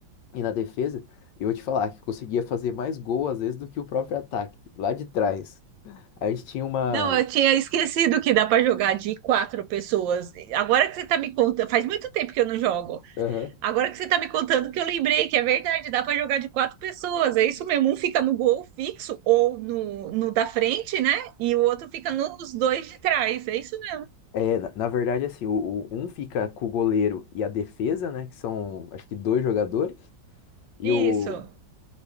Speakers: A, on the left (about 75°); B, on the right (about 80°).
A: e na defesa. Eu vou te falar que eu conseguia fazer mais gol às vezes do que o próprio ataque, lá de trás. A gente tinha uma
B: Não, eu tinha esquecido que dá para jogar de quatro pessoas. Agora que você tá me contando, faz muito tempo que eu não jogo.
A: Aham.
B: Agora que você tá me contando que eu lembrei que é verdade, dá para jogar de quatro pessoas. É isso mesmo, um fica no gol fixo ou no, no da frente, né? E o outro fica nos dois de trás. É isso mesmo.
A: É, na na verdade, assim, o, o- um fica com o goleiro e a defesa, né? Que são, acho que dois jogadores. E
B: Isso.
A: o,